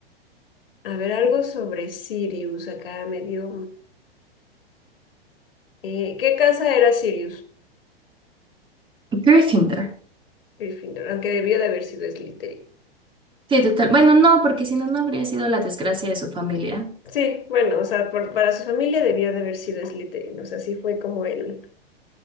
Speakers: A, on the left; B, on the right.
A: A ver, algo sobre Sirius. Acá me dio. eh, ¿qué casa era Sirius?
B: Gryffindor.
A: Gryffindor, aunque debió de haber sido Slytherin.
B: Sí, total. Bueno, no, porque si no, no habría sido la desgracia de su familia,
A: Sí, bueno, o sea, por- para su familia debió de haber sido Slytherin, o sea, sí fue como él.